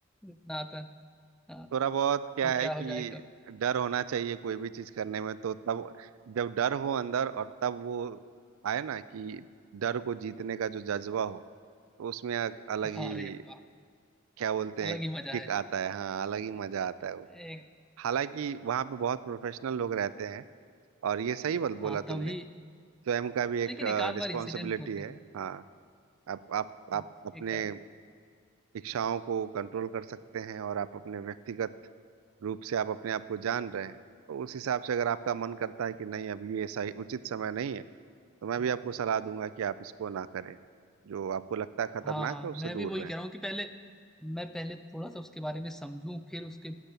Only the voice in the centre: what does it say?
उतना आता नहीं। हाँ
कि क्या
हो जाए कब
हाँ अरे वाह
अलग
ही मजा
है
एक
हाँ
तभी
लेकिन
एक आध बार
इंसिडेंट होते
हैं
एक
आध
हाँ हाँ
मैं
भी
वही
कह रहा हूँ कि पहले मैं पहले थोड़ा सा उसके बारे में समझूं फिर उसके